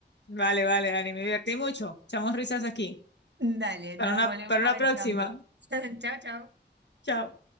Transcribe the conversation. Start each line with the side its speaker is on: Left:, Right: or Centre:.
Left: Vale, vale, Dani, me divertí mucho. Echamos risas aquí.
Right: Dale,
Left: Para
Right: nos
Left: una,
Right: volvemos
Left: para una
Right: a ver
Left: próxima.
Right: pronto. <laughs> Chao, chao.
Left: Chao.